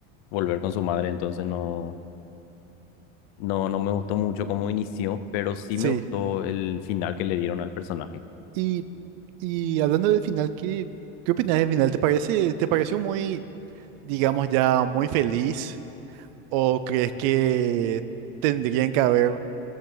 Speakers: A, on the left; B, on the right.
A: volver con su madre, entonces no No, no me gustó mucho cómo inició, pero sí
B: Sí.
A: me gustó el final que le dieron al personaje.
B: Y, y hablando del final, ¿qué, qué opinas del final? ¿Te parece, te pareció muy, digamos, ya muy feliz? ¿O crees que tendrían que haber,